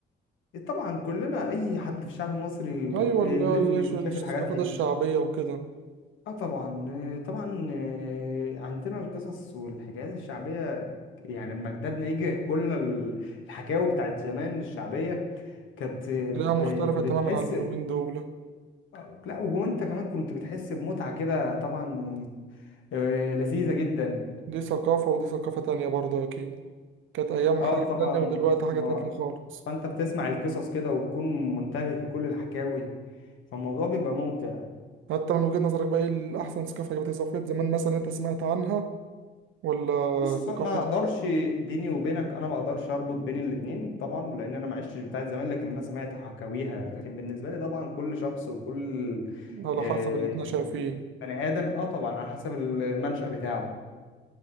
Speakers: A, on the left (about 75°); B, on the right (about 80°).
A: طبعا كلنا اي حد في الشعب المصري
B: ايوه
A: آه،
B: اللي
A: لازم
B: هو اللي-
A: يكون شايف
B: الثقافات
A: الحاجات دي
B: الشعبية وكده
A: اه طبعا آه، طبعا آه، عندنا القصص والحكايات الشعبيه يعني لما جدادنا يجي يحكوا لنا ال- الحكاوي بتاعت زمان الشعبيه كانت آه،
B: تلاقيها مختلفة
A: ب-
B: تماما
A: بتحس
B: عن اليومين دول
A: آه، لا وانت كمان كنت بتحس بمتعة كده طبعا آه، لذيذة جدا
B: دي ثقافة ودي ثقافة تانية برضه أكيد كانت أيام
A: اه
B: حاجة
A: طبعا
B: تانية ودلوقتي
A: ما
B: حاجة تانية خالص
A: فانت بتسمع القصص كده وتكون منتبه لكل الحكاوي فالموضوع بيبقى ممتع
B: حتى من وجهة نظرك بقى إيه الأحسن ثقافة كانت ثقافة زمان مثلا أنت سمعت عنها ولا
A: بص
B: ثقافة
A: ما اقدرش بيني وبينك انا ما اقدرش اربط بين الاتنين طبعا لان انا ما عشتش بتاعت زمان لكن انا سمعت حكاويها لكن بالنسبة لي طبعا كل شخص وكل
B: على
A: آه،
B: حسب اللي اتنشأ فيه
A: بني ادم اه طبعا على حسب المنشأ بتاعه